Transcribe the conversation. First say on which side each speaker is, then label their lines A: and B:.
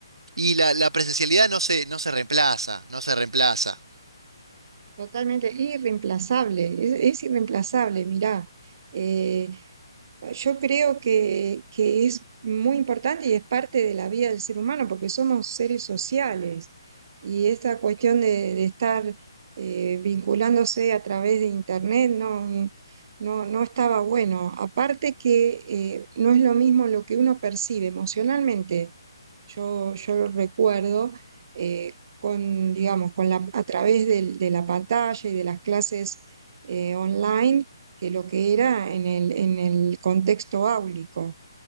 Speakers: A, on the right; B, on the right.
A: y la, la presencialidad no se, no se reemplaza, no se reemplaza.
B: Totalmente irreemplazable, es, es irreemplazable, mirá. Eh, yo creo que, que es muy importante y es parte de la vida del ser humano porque somos seres sociales y esta cuestión de, de estar eh, vinculándose a través de internet no, no, no estaba bueno. Aparte que eh, no es lo mismo lo que uno percibe emocionalmente yo, yo lo recuerdo, eh, con, digamos, con la, a través del- de, la pantalla y de las clases eh, online, que lo que era en el, en el contexto áulico.